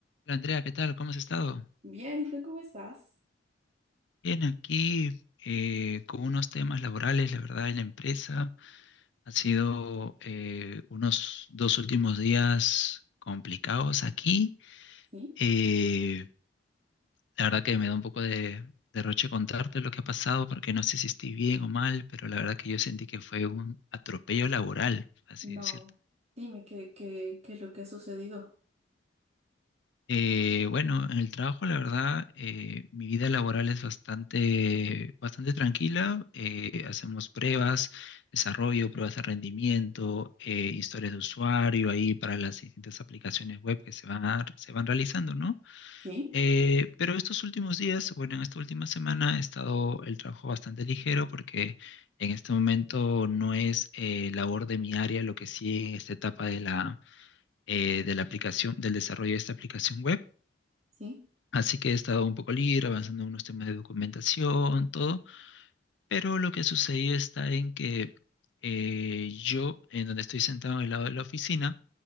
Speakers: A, on the left; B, on the right.
A: Hola Andrea, ¿qué tal? ¿Cómo has estado?
B: Bien, ¿y tú cómo estás?
A: Bien, aquí eh, con unos temas laborales, la verdad, en la empresa. Han sido eh, unos dos últimos días complicados aquí.
B: Sí,
A: Eh, la verdad que me da un poco de derroche contarte lo que ha pasado, porque no sé si estoy bien o mal, pero la verdad que yo sentí que fue un atropello laboral, así
B: No,
A: decirlo.
B: dime qué, qué, qué es lo que ha sucedido.
A: Eh, bueno, en el trabajo, la verdad, eh, mi vida laboral es bastante, bastante tranquila. Eh, hacemos pruebas, desarrollo, pruebas de rendimiento, eh, historias de usuario ahí para las distintas aplicaciones web que se van, a- se van realizando, ¿no?
B: Sí,
A: Eh, pero estos últimos días, bueno, en esta última semana he estado el trabajo bastante ligero porque en este momento no es eh, labor de mi área lo que sí en esta etapa de la, eh, de la aplicación, del desarrollo de esta aplicación web.
B: sí,
A: Así que he estado un poco libre, avanzando en unos temas de documentación, todo, pero lo que sucedió está en que eh, yo, en donde estoy sentado en el lado de la oficina,